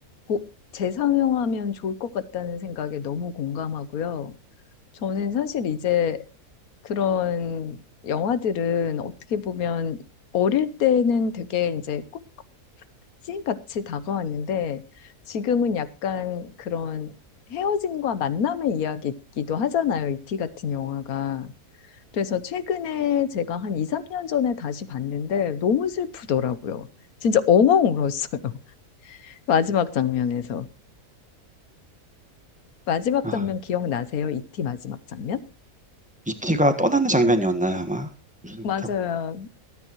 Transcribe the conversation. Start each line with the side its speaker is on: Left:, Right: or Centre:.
Left: 고- 재상영하면 좋을 것 같다는 생각에 너무 공감하고요. 저는 사실 이제 그런 영화들은 어떻게 보면 어릴 때는 되게 이제 꼭 찐같이 다가왔는데 지금은 약간 그런 헤어짐과 만남의 이야기이기도 하잖아요. 이티 같은 영화가. 그래서 최근에 제가 한 2, 3년 전에 다시 봤는데 너무 슬프더라고요. 진짜 엉엉 울었어요. <laughs> 마지막 장면에서. 마지막
Centre: 아
Left: 장면 기억나세요? 이티 마지막 장면?
Centre: 이티가 떠나는 장면이었나요 아마? 무슨
Left: 맞아요.
Centre: 다-